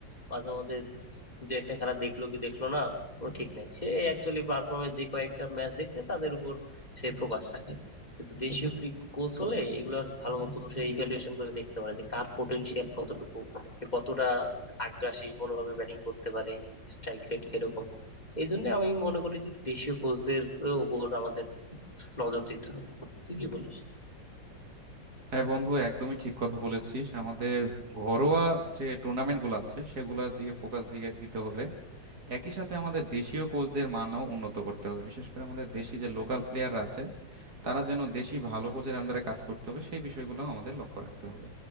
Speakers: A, on the left; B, on the right.
A: মাঝে মাঝে দু একটা খেলা দেখলো কি দেখলো না কোনো ঠিক নাই সে অ্যাকচুয়ালি পারফর্মে যে কয়েকটা ম্যাচ দেখছে তাদের উপর সে ফোকাস রাখে কিন্তু দেশীয় কোচ হলে এগুলা ভালো মতো সে ইভ্যালুয়েশন করে দেখতে পারে যে কার পোটেনশিয়াল কতটুকু কে কতটা আগ্রাসী কোনোভাবে ব্যাটিং করতে পারে স্ট্রাইক রেট কিরকম এই জন্য আমি মনে করি যে দেশীয় কোচদের উপর আমাদের নজর দিতে হবে তুই কি বলিস
B: হ্যাঁ বন্ধু একদমই ঠিক কথা বলেছিস আমাদের ঘরোয়া যে টুর্নামেন্টগুলো আছে সেগুলোর দিকে ফোকাস দিকে দিতে হবে একই সাথে আমাদের দেশীয় কোচদের মানও উন্নত করতে হবে বিশেষ করে আমাদের দেশি যে লোকাল প্লেয়াররা আছে তারা যেন দেশি ভালো কোচের আন্ডারে কাজ করতে হবে সেই বিষয়গুলো আমাদের লক্ষ্য রাখতে হবে